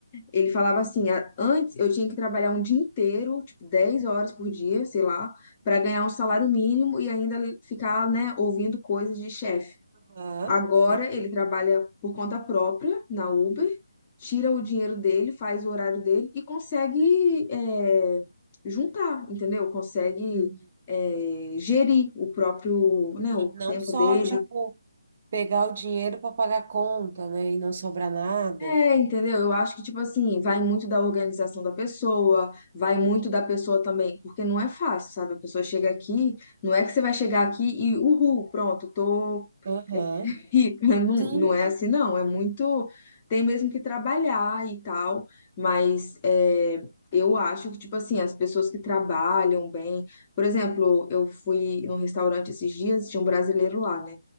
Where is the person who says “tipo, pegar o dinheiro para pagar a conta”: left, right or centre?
Right